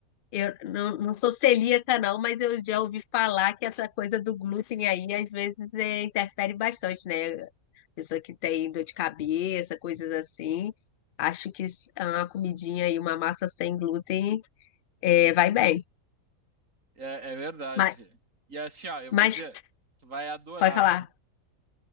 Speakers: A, on the left; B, on the right.
A: eu não, não sou celíaca, não, mas eu já ouvi falar que essa coisa do glúten aí às vezes é, interfere bastante, né? Pessoa que tem dor de cabeça, coisas assim. Acho que s- é uma comidinha e uma massa sem glúten é, vai bem.
B: É, é verdade.
A: Mas,
B: E assim, ó, eu
A: mas
B: vou dizer, tu vai adorar,
A: pode falar.
B: tá?